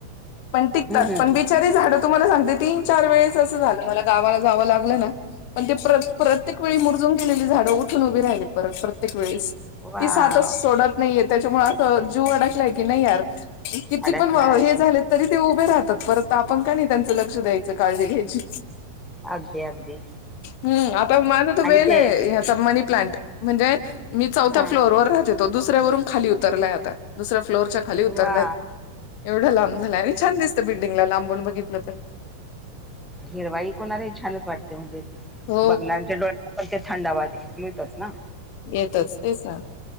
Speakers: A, on the left; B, in the centre.
A: पण टिकतात
B: हम्म
A: पण बिचारी झाडं तुम्हाला सांगते तीन चार वेळेस असं झालं मला गावाला जावं लागलं ना पण ते प्रत प्रत्येक वेळी मुरजून केलेली झाडं उठून उभी राहिली परत प्रत्येक वेळेस
B: वाव
A: ती सातच सोडत नाहीये त्याच्यामुळे असं जीव अडकलाय की नाहीर किती
B: अडकलाय
A: पण हे झाले तरी ते उभे राहतात पर तपंकानी त्यांच लक्ष द्यायचं काळजी घ्यायची
B: अगदी अगदी
A: हम्म आता माझ त
B: आणि
A: वेल
B: ते
A: आहेचा मनी प्लांट म्हणजे मी चौथ्या
B: हा
A: फ्लोअर ्लोर राहते तो दुस्यारून खाली उतरला यात दुस्या फ्लोरच्या खाली उतरला
B: वा
A: येतो एवढं लांब झालं आणि छान दिसत बल्डंगला लांबून बघितलं तर
B: हिरवाई कोणार हे छानच वाटते म्हणजे
A: हो
B: बघनांच्या डोळ्या पण ते थंडावा मिळतोस ना
A: येतच ते स